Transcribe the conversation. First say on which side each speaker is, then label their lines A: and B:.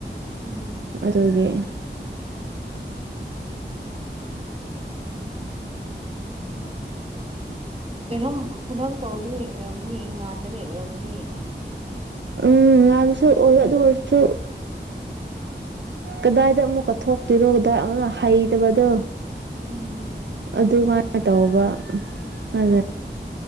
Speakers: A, on the right; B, on the right.
A: ꯎꯝ
B: ꯑꯗꯨꯒꯤ
A: ꯀꯩꯅꯣꯝ ꯀꯩꯅꯣꯝ ꯇꯧꯗꯕ ꯌꯦꯡ ꯑꯣꯏꯔꯝꯅꯤ ꯌꯦ ꯉꯥꯟꯗꯕ ꯌꯦꯡ ꯑꯣꯏꯔꯝꯅꯤ
B: ꯎꯝ ꯉꯥꯟꯕꯁꯨ ꯑꯣꯏꯕ ꯑꯗꯨ ꯑꯣꯏꯔꯁꯨ ꯀꯗꯥꯏꯗ ꯑꯃꯨꯛꯀ ꯊꯣꯛꯣꯛꯇꯣꯏꯔꯣ ꯀꯗꯥꯏ ꯑꯃꯛꯅ ꯍꯩꯇꯕꯗꯣ
A: ꯎꯝ
B: ꯑꯗꯨꯃꯥꯏꯅ ꯇꯧꯕ ꯑ
A: ꯑꯣ